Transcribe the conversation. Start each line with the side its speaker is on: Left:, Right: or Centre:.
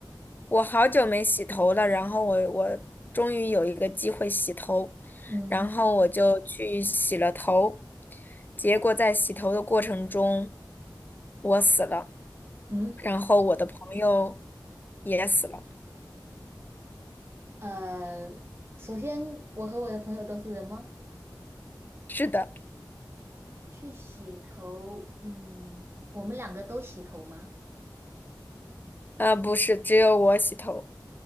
Left: 我好久没洗头了，然后我我终于有一个机会洗头，
Right: 嗯
Left: 然后我就去洗了头，结果在洗头的过程中，我死了，
Right: 嗯，
Left: 然后我的朋友也死了。
Right: 呃，首先我和我的朋友都是人吗？
Left: 是的，
Right: 去洗头，嗯，我们两个都洗头吗？
Left: 啊、不是，只有我洗头。